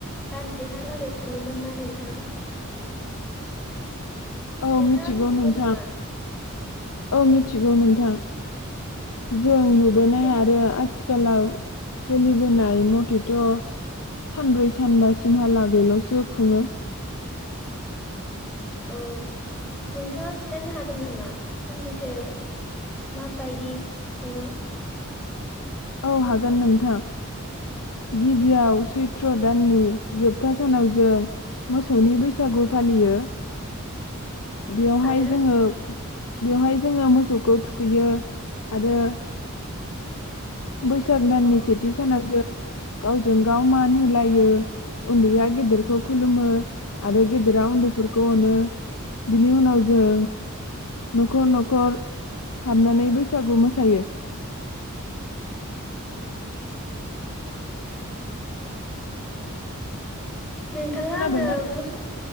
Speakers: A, in the centre; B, on the left.
A: दानसेहालागै खुङोमोन ना नोंथां?
B: औ
A: नोंथाङा
B: मिथिगौ नोंथां।
A: नामा?
B: औ मिथिगौ नोंथां उम। जों नुबोनाय
A: नों
B: आरो आथिख कालाव सोलिबोनाय मथेथ' सानब्रै सानबा सिमहालागैल'सो खुङो।
A: अ नोंथाङा खिथानो हागोन नामा सानबैसे माबायदि खुङो?
B: औ हागोन नोंथां गिबियाव सैथ्र' दाननि जोबथा सानाव जों मोसौनि बैसागु फालियो‌। बेवहाय
A: आरो
B: जोङो बेवहाय जोङो मोसौखौ थुखैयो आरो बैसाग दाननि
A: अ
B: सेथि सानाव जों गावजों गाव मान होलायो उन्दैया गेदेरखौ खुलुमो आरो गेदेरा उन्दैफोरखौ अनो बिनि उनाव जों न'खर न'ख खर हाबनानै बैसागु मोसायो।
A: नोंथाङा
B: खोनादोंना
A: आंनो मोसौ